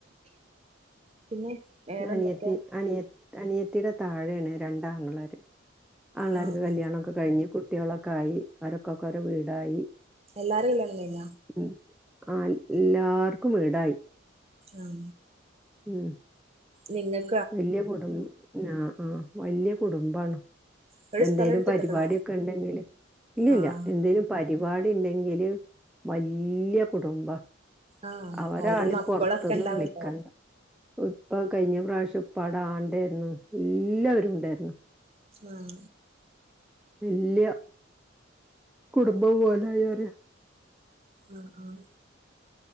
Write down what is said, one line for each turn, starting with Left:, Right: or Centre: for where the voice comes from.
Right: പിന്നെ. വേറെന്തൊക്കെയാ
Centre: അനിയത്തി അനിയ അനിയത്തിടെ താഴേണ് രണ്ടാങ്ങളാര്. ആൺളർക്ക്
Right: ആഹ്
Centre: കല്യാണൊക്കെ
Right: ആഹ്
Centre: കഴിഞ്ഞ് കുട്ട്യോളൊക്കായി അവരൊക്കൊക്കൊരു വീടായി.
Right: എല്ലാര കല്യാണം കയിഞ്ഞ
Centre: ഉം ആ ല്ലാർക്കും വീടായി.
Right: ആഹ്.
Centre: ഉം.
Right: നിങ്ങൾ.
Centre: വല്ല്യ കുടും നാ ആ വല്ല്യ കുടുംബാണ്.
Right: ഇവിടെ
Centre: എന്തേലും
Right: സ്ഥലം എടുത്തിട്ടക്കണോ
Centre: പരിപാട്യൊക്കെണ്ടെങ്കില് ഇല്ലല്ല
Right: ആഹ്
Centre: എന്തേലും. പരിപാടിണ്ടെങ്കില് വല്ല്യ കുടുംബ.
Right: ആഹ്
Centre: അവരാളിം
Right: ഓരോ മക്കളൊക്കെ
Centre: പൊർത്ത്ന്ന്
Right: ഇണ്ടാവല്ലോ
Centre: വിളിക്കണ്ട. ഇപ്പൊ കയിഞ്ഞ പ്രാവശ്യം ഉപ്പാടെ ആണ്ടാര്ന്നു എല്ലാരും ഇണ്ടായിര്ന്ന്.
Right: ആഹ്.
Centre: ഇല്ല്യ. കുടുംബം പോലായാര്.
Right: ആഹ് ആഹ്.